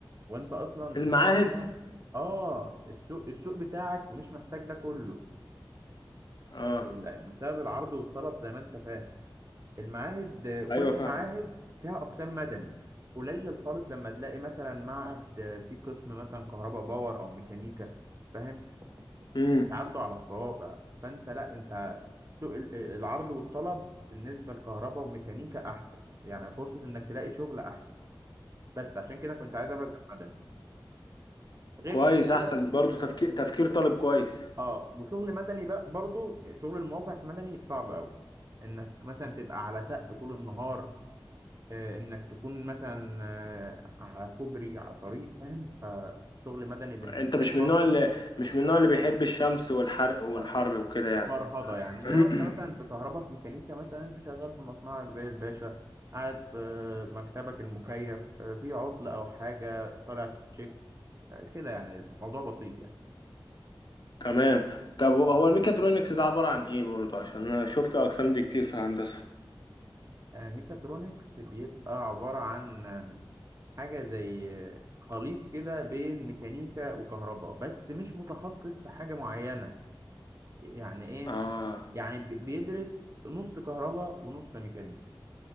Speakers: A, on the right; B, on the left.
A: وأنت أصلا
B: المعاهد
A: السوق بتاعك آه السوق السوق بتاعك مش محتاج ده كله
B: اه
A: لا، بسبب العرض والطلب زي ما انت فاهم المعاهد آه، كل
B: ايوه
A: المعاهد
B: فاهمه
A: فيها اقسام مدني قليل خالص لما تلاقي مثلا معهد آه، فيه قسم مثلا كهرباء باور او ميكانيكا فاهم
B: امم
A: يتعدوا على الصوابع فانت لا انت سوق ال- آه، العرض والطلب بالنسبه لكهرباء وميكانيكا احسن يعني فرصه انك تلاقي شغل احسن بس عشان كده كنت عايز ابعد عن مدني غير
B: كويس
A: كده
B: احسن
A: كده
B: برضو تفكير تفكير طالب كويس
A: اه وشغل مدني بقى برضو شغل المواقع في مدني صعب قوي انك مثلا تبقى على سقف طول النهار آه، انك تكون مثلا آه، على كوبري على طريق فاهم فشغل مدني بالنسبه
B: انت مش
A: لي برضو
B: من النوع اللي مش من النوع اللي بيحب الشمس والحرق والحر
A: اه
B: وكده يعني
A: فرهضه يعني انما
B: <clears throat>
A: انت مثلا في كهرباء في ميكانيكا مثلا انت شغال في مصنعك زي الباشا قاعد في مكتبك المكيف آه، في عطل او حاجه طالع تشيك آه، كده يعني الموضوع بسيط يعني
B: تمام طب هو الميكاترونكس ده عبارة عن ايه برضو عشان انا شفت الاقسام دي كتير في هندسة
A: آه، ميكاترونكس بيبقى عباره عن آه، حاجه زي آه، خليط كده بين ميكانيكا وكهرباء بس مش متخصص في حاجه معينه يعني ايه
B: اه
A: يعني بي- بيدرس نص كهرباء ونص ميكانيكا